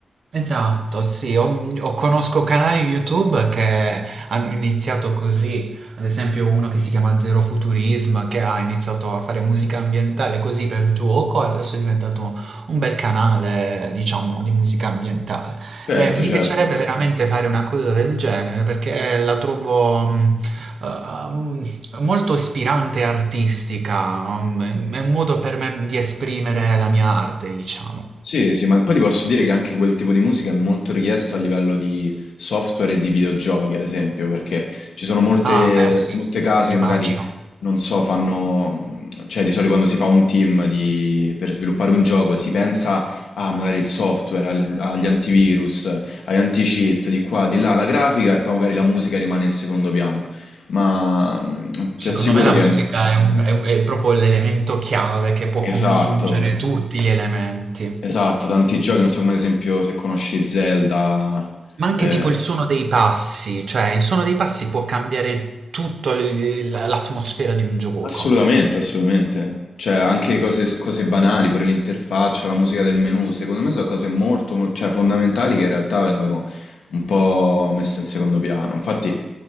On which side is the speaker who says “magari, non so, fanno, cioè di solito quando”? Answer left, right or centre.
Left